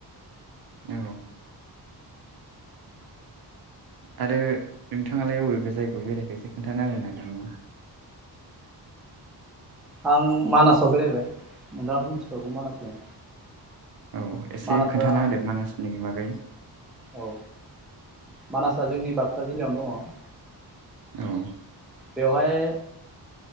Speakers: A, on the right; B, in the centre.
A: औ आरो नोंथाङालाय अबे अबे जायगायाव बेरायखो एसे खोन्थाना होनो हागोन नामा?
B: आं मानासाव बेरायबाय नोंथाङाथ' मिथिखागौमोन मानासखौ?
A: औ एसे
B: मानासआ
A: खोन्थाना होदो मानासनि बागै?
B: औ मानासा जोंनि बाक्सा जिल्लायावनो दङ।
A: औ
B: बेवहाय